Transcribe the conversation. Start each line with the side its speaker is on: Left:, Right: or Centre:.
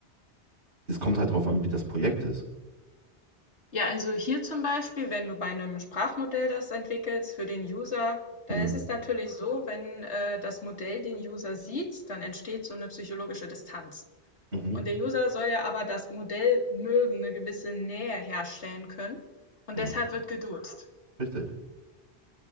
Right: Es kommt halt drauf an, wie das Projekt ist.
Left: Ja, also hier zum Beispiel, wenn du bei einem Sprachmodell das entwickelst für den User, dann
Right: Mhm.
Left: ist es natürlich so, wenn, äh, das Modell den User sieht, dann entsteht so eine psychologische Distanz.
Right: Mhm.
Left: Und der User soll ja aber das Modell mögen, eine gewisse Nähe herstellen können und
Right: Ja,
Left: deshalb wird geduzt.
Right: richtig.